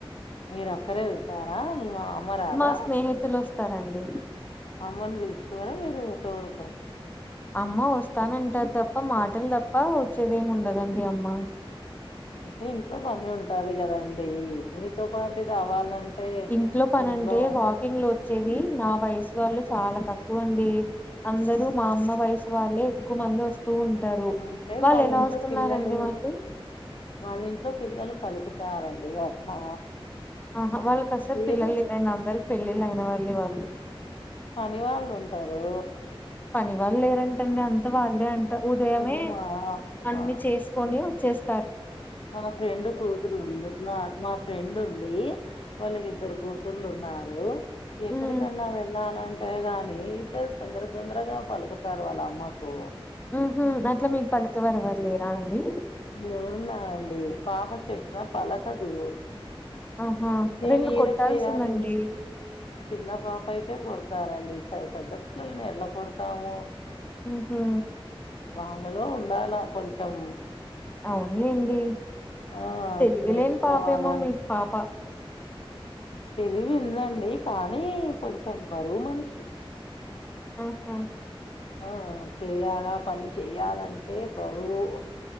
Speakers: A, on the left (about 65°); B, on the left (about 20°).
A: మీరు ఒక్కరే వెళ్తారా మా అమ్మ రాదా
B: మా స్నేహితులు వస్తారండి
A: అమ్మను పిలుచుకోరా మీరు తోడుకు
B: అమ్మ వస్తానంటారు తప్ప మాటలు తప్ప వచ్చేదేమి ఉండదండి అమ్మ
A: అంటే ఇంట్లో పని ఉంటది కదండీ మీతో పాటు రావాలంటే
B: ఇంట్లో పని
A: ఇంట్లో
B: అంటే వాకింగ్ లో వచ్చేది నా వయసు వాళ్ళు చాలా తక్కువ అండి అందరు మా అమ్మ వయసు వాళ్ళే ఎక్కువ మంది వస్తు ఉంటారు
A: అంటే
B: వాళ్ళు
A: వాళ్ళ
B: ఎలా
A: ఇంట్లో
B: వస్తున్నారండి
A: పిల్లలు
B: మళ్ళీ
A: వాళ్ళ ఇంట్లో పిల్లలు పలుకుతారండి అట్లా
B: అహ వాళ్ళకసలు పిల్లలు
A: ఏదో
B: లేరండి అందరికి పెళ్ళి అయిన వాళ్ళే వాళ్ళు
A: పని వాళ్ళు ఉంటారు
B: పని వాళ్ళు లేరంటండి అంత వాళ్ళే అంట ఉదయమే
A: ఇప్పుడు మా
B: అన్ని
A: మా
B: చేసుకొని వచ్చేస్
A: మా ఫ్రెండ్ కూతురు ఉంది నా మా ఫ్రెండ్ ఉంది వాళ్ళకి ఇద్దరు కూతుర్లు ఉన్నారు ఎక్కడికన్నా
B: ఉమ్
A: వెళ్ళాలం టే గాని ఇద్దరు తొందర తొందరగా పలుకుతారు వాళ్ళ అమ్మకు
B: ఉహు అట్ల మీకు పలికే వారు ఎవరు లేరా అండి
A: ఎవురూ ఉన్నారండి పాప చెప్పినా పలకదు
B: ఆహా
A: నేను
B: రెండు
A: ఈడ
B: కొట్టాల్సిందండి
A: చేయాలి చిన్న పాప అయితే కొడతారండి చ పెద్ద పిల్లల్ని ఎలా కొడతాము
B: ఉహు
A: వాళ్ళలో ఉండాల కొంచెం
B: అవునులేండి
A: ఆ
B: తెలివిలేని
A: నేర్చుకోవాలా
B: పాపేమో మీ పాప
A: తెలివి ఉందండి కానీ కొంచెం బరువు మనిషి
B: అహ
A: ఆ చేయాలా పని చెయ్యాలంటే బరువు